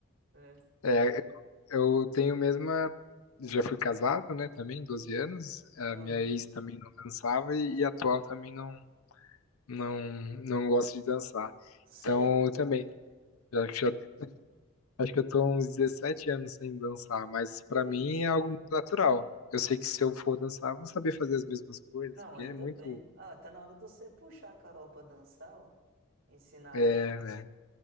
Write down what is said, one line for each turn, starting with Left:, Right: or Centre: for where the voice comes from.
Right: É.
Left: É, eu tenho mesma. Já fui casado, né? Também, 12 anos. A
Right: Aham.
Left: minha ex também não dançava e, e a atual também não, não, não gosta de dançar.
Right: Sério?
Left: Então, eu também. Já, já, acho que eu tô uns 17 anos sem dançar, mas pra
Right: Que é
Left: mim
Right: isso?
Left: é algo muito natural. Eu sei que se eu for dançar, eu vou saber fazer as mesmas coisas,
Right: Não,
Left: porque
Right: ainda
Left: é muito.
Right: bem. né? Ah, tá na hora de você puxar a Carol pra dançar, ué. Ensinar
Left: é,
Right: ela.